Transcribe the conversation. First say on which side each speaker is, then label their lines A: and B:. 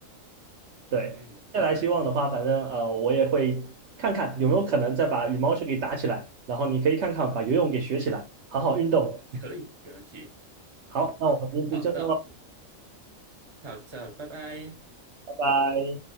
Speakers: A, on the right; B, on the right.
A: 对，
B: <laughs> 嗯，
A: 再来希望的话，反正呃我也会看看有没有可能再把羽毛球给打起来，然后你可以看看把游泳给学起来，好好运动。
B: 可以，没问题。
A: 好，那我们今天就这样喽，
B: 好，那好，这拜拜。
A: 拜拜。